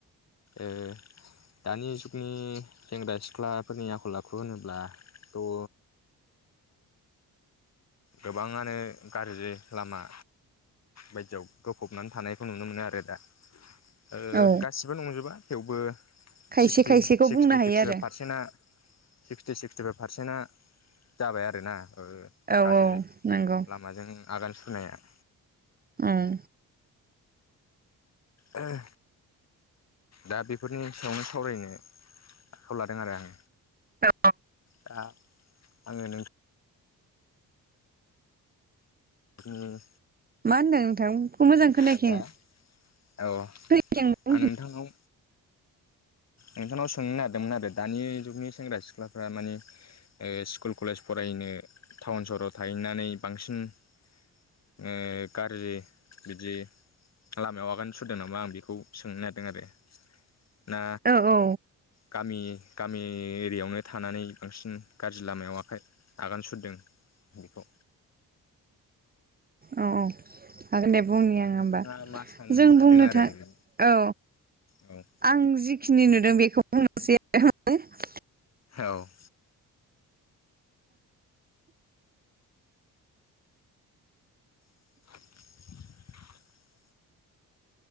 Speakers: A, on the left (about 40°); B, on the right (about 25°).
A: ओ दानि जुगनि सेंग्रा सिख्लाफोरनि आखल आखु होनोब्लाथ' ओ गोबाङानो गाज्रि लामा बायदियाव गोफबनानै थानायखौ नुनो मोनो आरो दा। ओ
B: औ
A: गासिबो नंजोबा। थेवबो
B: खायसे
A: सिक्सटि
B: खायसेखौ
A: सिक्सटि-सिक्सटि
B: बुंनो हायो आरो
A: फाइभ पारसेन्टआ सिक्सटि सिक्सटिफाइभ पारसेन्टआ जाबाय आरो ना। ओयो
B: औ
A: गाज्रि
B: औ नंगौ
A: लामाजों आगान सुनाया।
B: उम।
A: ओयो दा बेफोरनि सायावनो सावरायनो आखायाव लादों आरो आं
B: औ
A: दा आङो नों उम।
B: मा होनदों नोंथां फ मोजां खोनायाखै
A: सिख्ला
B: आङो।
A: औ
B: खोनायाखै बुंफिन
A: आं नोंथांनाव नोंथांनाव सोंनो नागिरदोंमोन आरो दानि जुगनि सेंग्रा सिख्लाफ्रा मानि ओयो सिकुल कलेज फरायनो टाउन सहराव थाहैनानै बांसिन ओयो गाज्रि बिदि लामायाव आगान सुरदों नामा आं बिखौ सोंनो नागिरदों आरो। ना
B: औ औ
A: गामि गामि एरियायावनो थानानै बांसिन गाज्रि लामायाव आखाइ आगान सुरदों बिखौ
B: औ औ हागोन दे बु बुंनि आङो
A: नोंथाङा
B: होमबा
A: मा सानदों
B: जों बुंनो
A: आरो
B: था औ
A: औ
B: आं जिखिनि नुदों बिखौ से <unintelligible>
A: औ। <inaudible>